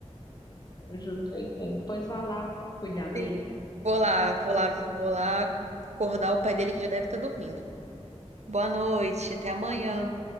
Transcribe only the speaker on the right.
Sim. Vou lá, vou lá, vou lá acordar o pai dele que já deve estar dormindo. Boa noite, até amanhã.